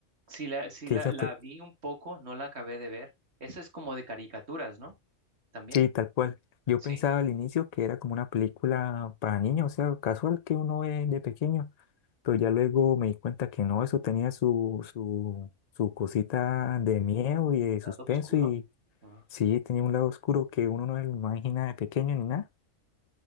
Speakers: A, on the right; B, on the left.
A: Sí, la, sí
B: Que
A: la,
B: esa
A: la
B: pe-
A: vi un poco, no la acabé de ver. Eso es como de caricaturas, ¿no? También.
B: sí, tal cual. Yo
A: Sí,
B: pensaba al inicio que era como una película para niños, o sea, casual que uno ve de pequeño Pero ya luego me di cuenta que no, eso tenía su, su, su cosita de miedo y de suspenso
A: lado oscuro.
B: y
A: Ah,
B: sí, tenía un lado oscuro que uno no se lo imagina de pequeño ni nada.